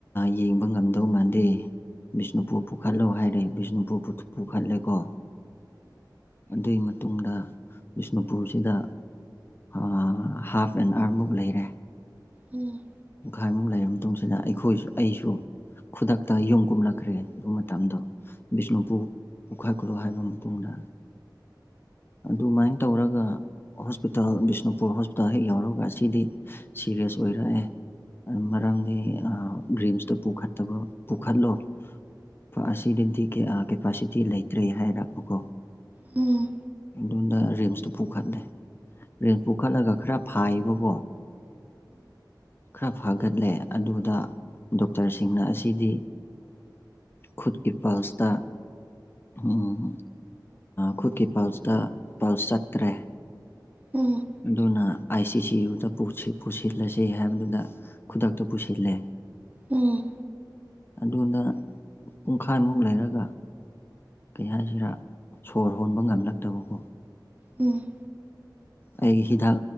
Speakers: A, on the left; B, on the right.
A: ꯌꯦꯡꯕ ꯉꯝꯗꯧ ꯃꯥꯟꯗꯦ ꯕꯤꯁꯅꯨꯄꯨꯔ ꯄꯨꯈꯠꯂꯣ ꯍꯥꯏꯔꯦ ꯕꯤꯁꯅꯨꯄꯨꯔ ꯄꯨꯈꯠꯂꯦꯀꯣ ꯑꯗꯨꯒꯤ ꯃꯇꯨꯡꯗ ꯕꯤꯁꯅꯨꯄꯨꯔꯁꯤꯗ ꯑꯥ ꯍꯥꯐ ꯑꯦꯟ ꯑꯋꯥꯔꯃꯨꯛ ꯂꯩꯔꯦ
B: ꯎꯝ
A: ꯄꯨꯡꯈꯥꯏꯃꯨꯛ ꯂꯩꯔꯕ ꯃꯇꯨꯡꯁꯤꯗ ꯑꯩꯈꯣꯏꯁꯨ ꯑꯩꯁꯨ ꯈꯨꯗꯛꯇ ꯌꯨꯝ ꯀꯨꯝꯂꯛꯈ꯭ꯔꯦ ꯑꯗꯨ ꯃꯇꯝꯗꯣ ꯕꯤꯁꯅꯨꯄꯨꯔ ꯄꯨꯈꯥꯏꯈꯨꯅꯧ ꯍꯥꯏꯕ ꯃꯇꯨꯡꯗ ꯑꯗꯨꯃꯥꯏ ꯇꯧꯔꯒ ꯍꯣꯁꯄꯤꯇꯥꯜ ꯕꯤꯁꯅꯨꯄꯨꯔ ꯍꯣꯁꯄꯤꯇꯥꯜ ꯍꯦꯛ ꯌꯥꯎꯔꯒ ꯑꯁꯤꯗꯤ ꯁꯤꯦꯔꯤꯌꯥꯁ ꯑꯣꯏꯔꯛꯑꯦ ꯃꯔꯝꯗꯤ ꯔꯤꯝꯁꯇ ꯄꯨꯈꯠꯇꯕ ꯄꯨꯈꯠꯂꯣ ꯄꯥ ꯑꯁꯤ ꯅꯪꯗꯤꯀꯦ ꯀꯦꯄꯥꯁꯤꯇꯤ ꯂꯩꯇ꯭ꯔꯦ ꯍꯥꯏꯔꯛꯄ ꯀꯣ
B: ꯎꯝ
A: ꯑꯗꯨꯣꯟꯗ ꯔꯤꯦꯝꯁꯇꯨ ꯄꯨꯈꯠꯂꯦ ꯔꯤꯦꯝꯁ ꯄꯨꯈꯠꯂꯒ ꯈꯔ ꯐꯥꯏꯕꯀꯣ ꯈꯔꯥ ꯐꯛ ꯍꯒꯠꯂꯦ ꯑꯗꯨꯗ ꯗꯣꯛꯇꯔꯁꯤꯡꯅ ꯑꯁꯤꯗꯤ ꯈꯨꯠꯀꯤ ꯄꯜꯁꯇ ꯎꯝ ꯈꯨꯠꯀꯤ ꯄꯜꯁ ꯇꯥ ꯄꯥꯎ ꯆꯠꯇꯔꯦ
B: ꯎꯝ
A: ꯑꯗꯨꯅ ꯑꯥꯏ ꯁꯤ ꯁꯤ ꯌꯨꯗ ꯄꯨꯁꯤ-ꯄꯨꯁꯤꯜꯂꯁ‌ꯦ ꯍꯥꯏꯕꯗꯨꯗ ꯈꯨꯗꯛꯇ ꯄꯨꯁꯤꯜꯂꯦ
B: ꯎꯝ
A: ꯑꯗꯨꯗ ꯄꯨꯡꯈꯥꯏꯃꯨꯛ ꯂꯩꯔꯒ ꯀꯩ ꯍꯥꯏꯖꯤꯔꯥ ꯁꯣꯔ ꯍꯣꯟꯕ ꯉꯝꯂꯛꯇꯕꯀꯣ
B: ꯎꯝ
A: ꯑꯩꯒꯤ ꯍꯤꯗꯥꯛ